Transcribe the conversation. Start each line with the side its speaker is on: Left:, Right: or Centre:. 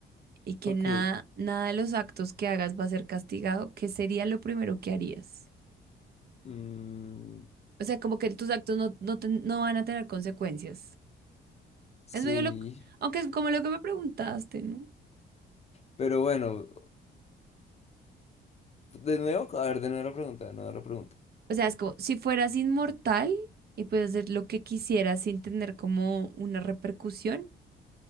Right: y que
Left: ok.
Right: nada, nada de los actos que hagas va a ser castigado, ¿qué sería lo primero que harías?
Left: Mm,
Right: O sea, como que tus actos no, no, ten- no van a tener consecuencias.
Left: sí,
Right: Es medio lo, aunque es como lo que me preguntaste, ¿no?
Left: pero bueno, de nuevo, a ver, de nuevo la pregunta, de nuevo la pregunta.
Right: O sea, es como si fueras inmortal y puedes hacer lo que quisieras sin tener como una repercusión,